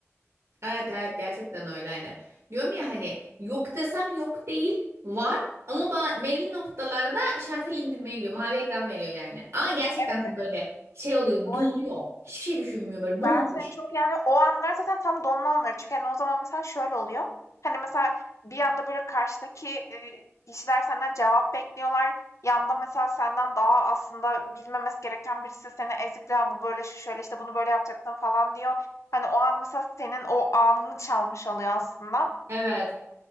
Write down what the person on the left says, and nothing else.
Evet,
evet,
bu
Ben seni çok yani o anlar zaten tam donma anları. Çünkü, hani, o zaman mesela şöyle oluyor. Hani, mesela bir anda, böyle, karşıdaki, eee, kişiler senden cevap bekliyorlar. Yanda mesela senden daha aslında bilmemesi gereken birisi seni ezikliyor. "Bu böyle, şu şöyle, işte, bunu böyle yapacaksın." falan diyor. Hani, o an mesela senin o anını çalmış oluyor aslında.